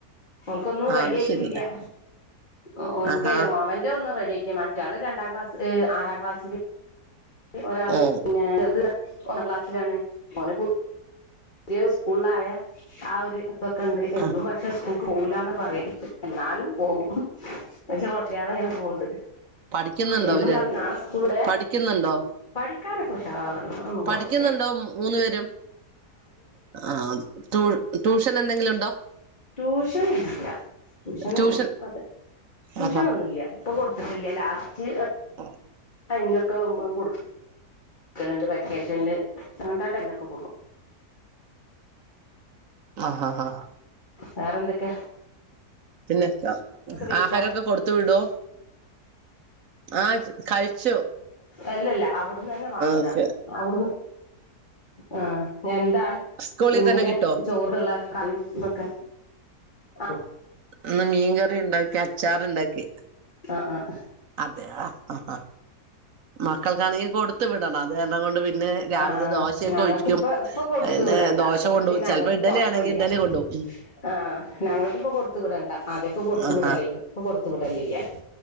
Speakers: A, on the left (about 30°); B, on the right (about 60°).
A: ഓൻക്ക് ഒന്നും
B: ആഹ്
A: റെഡി
B: അത്
A: ആയിട്ടില്ല,
B: ശരി
A: ഒ ഓൻക്ക്
B: ആഹാ
A: അവന്റെ ഒന്നു റെഡിആക്കി മ റ്റാള് രണ്ടാം ക്ലാസ്സ്‌ ഏഹ് ആറാം ക്ലാസ്സില്. ഒരാള്
B: ഓ
A: പിന്നെ ചെർത് ഒമ്പം ക്ലാസ്സിലാണ് ഓന് പു തിയ സ്കൂൾളായ ആ ഒരു ഇതൊക്കെണ്ട്, എന്നും
B: ആഹ്
A: പക്ഷെ സ്കൂ ൾക്ക് പോവൂലാന്ന പറയല് എന്നാലും പോവും ഇന്ന വെച്ച കൊയപ്പല്ലാതെങ്ങനെ പോവ്ണ്ട്.
B: പഠിക്കുന്നുണ്ടോ
A: എന്നും
B: അവര്
A: പറയ് നളെ സ്കൂള്ണ്ടെ
B: പഠിക്കുന്നുണ്ടോ
A: പഠിക്കാനെക്ക ഉഷാറ അതൊന്നും കൊഴപ്പല്ല
B: പഠിക്കുന്നുണ്ടോ മൂന്നു പേരും ആഹ് ട്യൂ ട്യൂഷ ന് എന്തെങ്കിലും ഇണ്ടോ?
A: ട്യൂഷൻ ഇല്ല ട്യൂഷന്
B: ട്യൂഷൻ
A: അതെ ട്യൂഷനൊന്നുല്ല.
B: ആഹാ
A: ഇപ്പ കൊടുത്തിട്ടില്ല ലാസ്റ്റ്
B: ആ
A: ടൈമിലൊക്കെ നമ്മള് കൊടുക്കലുണ്ട് വെക്കേഷനി അങ്ങനത്തെ ആ ടൈമിലൊക്കെ കൊടുക്കും
B: ആഹ് ആഹ്
A: വേറെന്തെക്കെ
B: പിന്നെ
A: വെച്ചാ
B: ആഹാരൊക്കെ കൊടുത്തു വിടോ? ആഹ് കഴിച്ചു
A: അല്ലല്ല അവടെന്നെ വാങ്ങലാണ്.
B: ഓക്കെ
A: അവിടുന്ന് ആഹ് എന്താ
B: സ്കൂളിൽ
A: ഇന്നത്തെ
B: തന്നെ കിട്ടോ
A: ചോറക്ള്ളെ ഇതൊക്കെ <unintelligible>
B: ഇന്ന് മീൻ കറി ഇണ്ടാക്കി അച്ചാർ ഇണ്ടാക്കി.
A: ആഹ് ആഹ് ആഹ്
B: അതെ ആഹ് ആഹ് ആഹ് മക്കൾക്കാണെങ്കിൽ കൊടുത്തു വിടണം അത് കാരണം കൊണ്ട് പിന്നെ പിന്നെ രാവിലെ
A: ആഹ്
B: ദോശയൊക്കെ
A: ഞങ്ങൾക്ക്
B: ഒഴിക്കും
A: ഇപ്പ ഇപ്പൊ കൊടുത്തു
B: പിന്നെ
A: വിടണ്ട
B: ദോശ
A: അതുകൊണ്ട്
B: കൊണ്ടപും
A: പിന്നെ
B: ചിലപ്പോ
A: ഞങ്ങൾക്ക്
B: ഇഡലി
A: കൊഴപ്പല്ല
B: ആണെങ്കി ഇഡലി കൊണ്ടവും.
A: ആഹ് ഞങ്ങൾക്കിപ്പൊ കൊടുത്ത് വിടണ്ട ആദ്യക്കെ കൊടുത്ത്
B: ആഹാ
A: വിടലെനി ഇപ്പൊ കൊടുത്ത് വിടലില്ല